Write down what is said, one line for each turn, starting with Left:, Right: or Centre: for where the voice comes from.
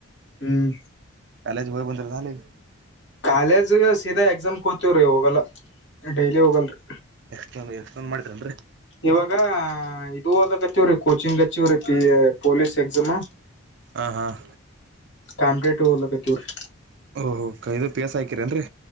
Left: ಹ್ಮ್
Right: ಕಾಲೇಜ್ಯ ಬಂದ ನಾ <unintelligible>
Left: ಕಾಲೇಜ್ಗ ಸೀದಾ ಎಕ್ಸಾಮ್ ಕೋತಿವ್ರಿ ಹೋಗಲ್ಲ ಡೈಲಿ ಹೋಗಲ್ರಿ
Right: ಎಕ್ಸ್ಪ್ಲೇನ್ ಎಕ್ಸ್ಪ್ಲೇನ್ ಮಾಡಿರೇನ್ರಿ
Left: ಇವಾಗ ಇದು ಒದಕ ಹತ್ತವ್ರೀ ಕೋಚಿಂಗ್ ಹತ್ತಿವವ್ರೀ ಪಿ ಪೊಲೀಸ್ ಎಕ್ಸಾಮ
Right: ಹಾಂ ಹಾಂ
Left: ಕಾಂಪಿಟಿಟಿವ್ ಓದಕ್ತಿವ್ರಿ
Right: ಓಹೋ ಾ ಇದು ಪೀ ಎಸ್ ಹಾಕಿರೇನ್ರರಿ